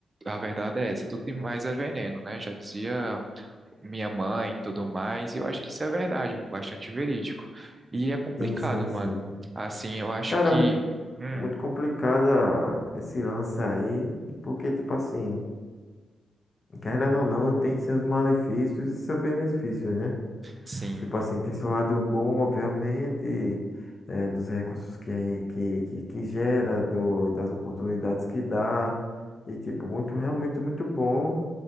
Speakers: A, on the right; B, on the left.
A: A verdade é essa, tudo demais é veneno, né? Já dizia minha mãe e tudo mais, e eu acho que isso é verdade, bastante verídico. E é complicado,
B: Sim, sim, sim.
A: mano. Assim, eu acho
B: Cara,
A: que.
B: é muito,
A: Hum,
B: muito complicada esse lance aí. E porque, tipo assim, querendo ou não, tem seus malefícios e seus benefícios, né?
A: sim,
B: Tipo assim, tem seu lado bom, obviamente, eh, dos recursos que, que, que, que gera, do, das oportunidades que dá. E, tipo, muito, realmente muito bom.